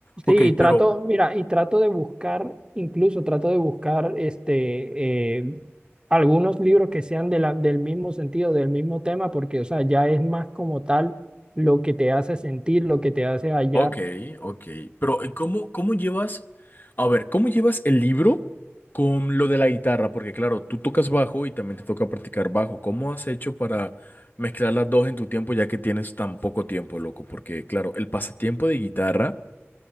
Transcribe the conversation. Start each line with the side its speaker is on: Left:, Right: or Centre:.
Left: Ok,
Right: sí, y trato,
Left: pero
Right: mira, y trato de buscar, incluso trato de buscar este, eh, algunos libros que sean de la- del mismo sentido, del mismo tema, porque, o sea, ya es más como tal lo que te hace sentir, lo que te hace hallar.
Left: Ok, ok. Pero ¿y ¿cómo, cómo llevas, a ver, cómo llevas el libro con lo de la guitarra? Porque claro, tú tocas bajo y también te toca practicar bajo. ¿Cómo has hecho para mezclar las dos en tu tiempo ya que tienes tan poco tiempo, loco? Porque claro, el pasatiempo de guitarra